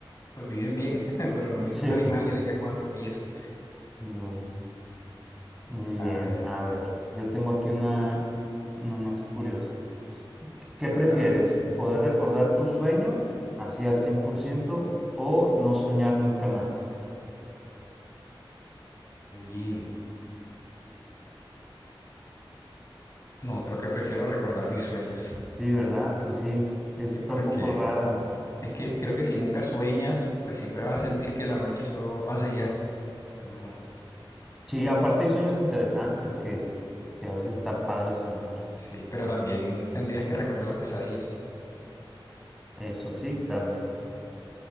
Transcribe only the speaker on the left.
Pues viven bien, <laughs> pero no he visto
un animal que tenga cuatro pies.
A
ver,
cuéntame.
Uy, no, creo que prefiero recordar mis sueños.
Sí,
porque
es que creo que si nunca sueñas, pues siempre vas a sentir que la noche solo pasa y ya. Pues no,
sí, pero también tendrías que recordar las pesadillas.